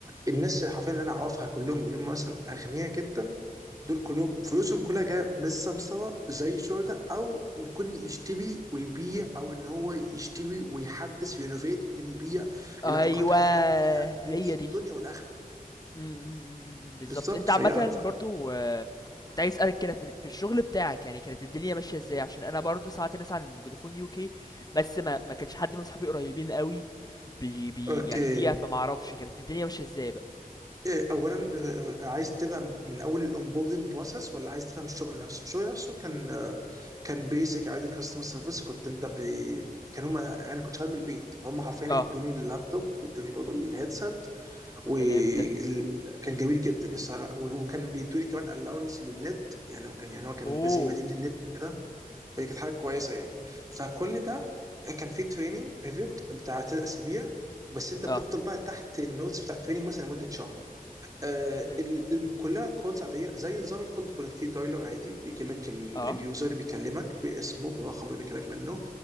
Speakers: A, on the right; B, on the left.
A: الناس حرفيا اللي انا اعرفها كلهم اللي هم مثلا اغنياء جدا دول كلهم فلوسهم كلها جايه بالسمسره زي الشرطه او يكون يشتري ويبيع او ان هو يشتري ويحدث وينوفيت وبعدين يبيع
B: أيوه،
A: العقارات حرفيا فيها
B: هي
A: فلوس
B: دي.
A: الدنيا والاخره
B: إمم، إمم، إمم، إمم، بالضبط.
A: بالظبط
B: أنت
A: فيا
B: عامةً
A: ف...
B: برضه آآ، كنت عايز أسألك كده في في الشغل بتاعك يعني كانت الدنيا ماشية إزاي؟ عشان أنا برضه سمعت ناس عن فودافون UK بس ما ما كانش حد من صحابي قريبين أوي بي بي
A: اوكي
B: يعني فيها، فما أعرفش كانت الدنيا ماشية إزاي بقى؟
A: إيه، اولا آه، عايز تفهم من اول الاونبوردنج بروسس ولا عايز تفهم الشغل نفسه الشغل نفسه كان آه، كان بيسك عادي كاستمر سيرفيس كنت انت ب... كان هم انا كنت شغال من البيت فهم حرفيا
B: آه،
A: ادوني اللابتوب وادوني برضه الهيدسيت
B: طب
A: وكان
B: ده جامد ده.
A: جميل جدا الصراحة. وكان بيدوني كمان الاونس للنت يعني ما كان يعني هو كان
B: أوه!
A: زي بديل للنت كده فدي كانت حاجه كويسه يعني فكل ده كان فيه تريننج بيريود بتاع ثلاث اسابيع بس انت بتفضل
B: آه،
A: بقى تحت النوتس بتاع التريننج مثلا لمده شهر آه،
B: إمم،
A: ال- الم- كلها كولز عاديه زي نظام الكولد كولينج في دايلر عادي بيجي لك ال-
B: آه،
A: اليوزر اللي بيكلمك باسمه برقم اللي بيكلمك منه